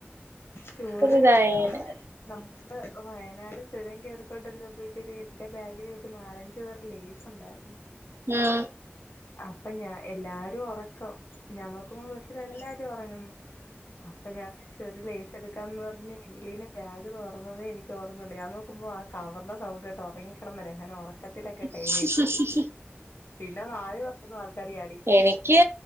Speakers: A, on the left; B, on the right.
A: ടൂറിനെ
B: ഇതായേനെ
A: <unintelligible> നമ്മള് വയനാട് ചുരം കേറിക്കൊണ്ടിരുന്നപ്പഴുത്തേന് എന്റെ ബാഗില് നാലഞ്ചു കവർ ലേസ് ഉണ്ടായിരുന്നു
B: ഉം
A: അപ്പൊ ഞ എല്ലാരും ഉറ <unintelligible> ഞാൻ നോക്കുമ്പോ ബസിൽ എല്ലാരും ഉറങ്ങന്ന് അപ്പൊ ഞാൻ. പക്ഷെ ഒരു ലേസ് എടുക്കാന്ന് പറഞ്ഞ മേളിന്ന് ബാഗ് തുറന്നതേ എനിക്ക് ഓർമയുള്ളു ഞാൻ നോക്കുമ്പോ ആ കവറിന്റെ സൗണ്ട് കേട്ട് ഉറങ്ങിക്കിടന്ന രഹ്‌ന ഉറക്കത്തിലൊക്കെ
B: ഉം
A: കൈ നീട്ടും പിന്നെ നാല് തൊന്ന് ആൾ കറിയ
B: എനിക്ക്